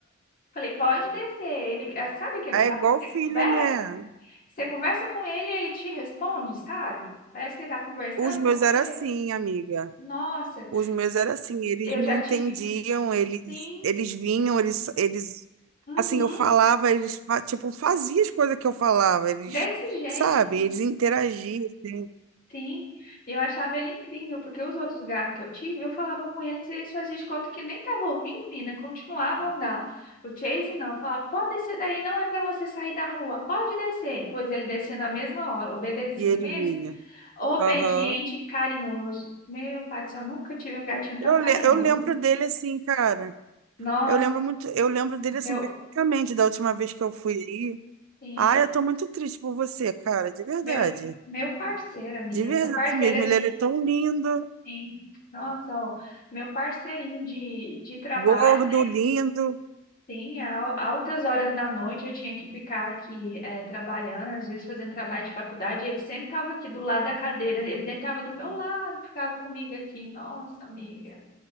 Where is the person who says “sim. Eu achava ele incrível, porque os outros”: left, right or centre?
Left